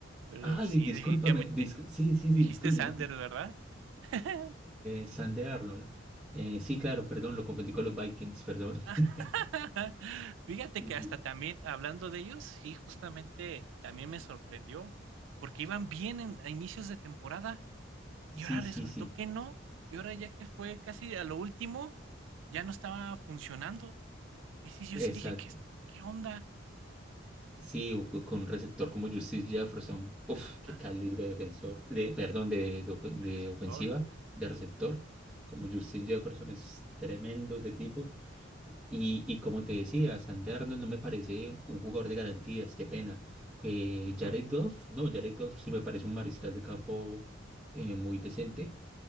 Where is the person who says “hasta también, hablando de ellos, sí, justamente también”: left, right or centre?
Right